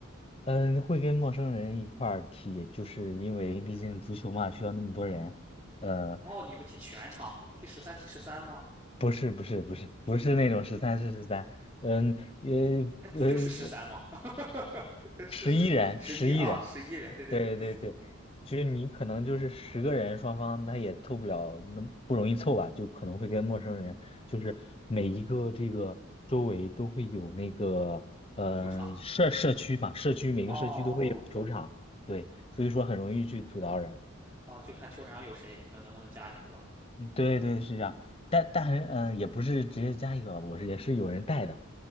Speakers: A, on the left; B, on the right.
A: 嗯，会跟陌生人一块儿踢，就是因为毕竟足球嘛，需要那么多人。呃，
B: 哦，你们踢全场，踢十三踢十三吗？
A: 不是，不是，不是，不是那种十三是十三，嗯，呃
B: 哎，
A: 呃，
B: 足球是十三吗？<laughs> 是十十一啊，
A: 十一人，十一人，
B: 十一人，对对对，
A: 对对对，就是你可能就是十个人，双方他也凑不了，那不容易凑吧，就可能会跟陌生人，就是每一个这个周围都会有那个，呃，
B: 球场。
A: 社社区嘛，社区每个社区都会有球场，
B: 哦
A: 对，所以说很容易去阻挠人。
B: 哦，就看球场上有谁，你说能不能加一个？
A: 对对是这样，但但是嗯、呃也不是直接加一个吧我是也是有人带的，